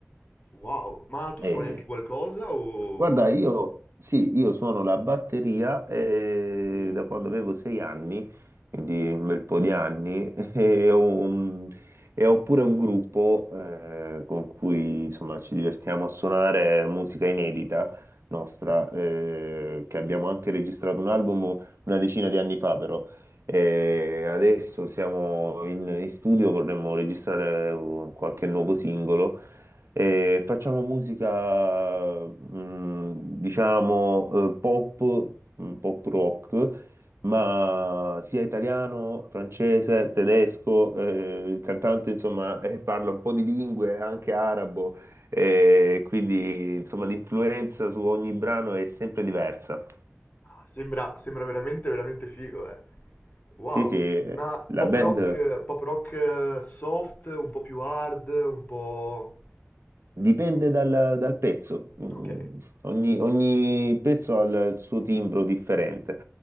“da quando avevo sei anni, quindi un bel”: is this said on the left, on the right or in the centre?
Right